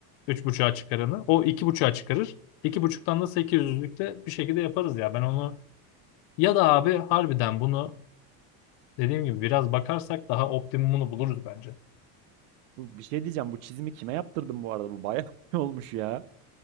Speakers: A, on the left; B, on the right.
A: Üç buçuğa çıkaranı. O iki buçuğa çıkarır. İki buçuktan da sekiz yüzlükte bir şekilde yaparız ya. Ben onu ya da abi harbiden bunu dediğim gibi biraz bakarsak daha optimumunu buluruz bence.
B: bu bir şey diyeceğim. Bu çizimi kime yaptırdın bu arada? Bu bayağı <laughs> iyi olmuş ya.